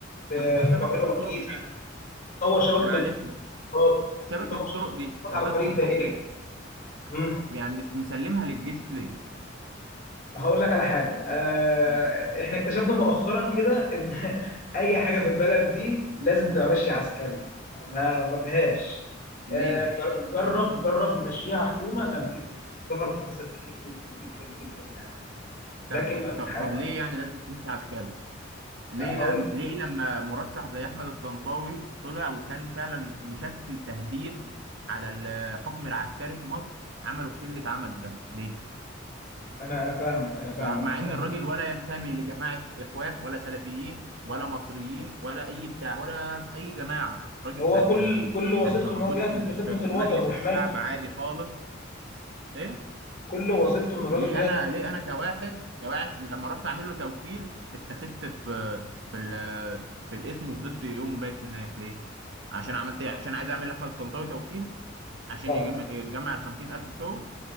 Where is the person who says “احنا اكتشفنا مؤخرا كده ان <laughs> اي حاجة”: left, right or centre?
Left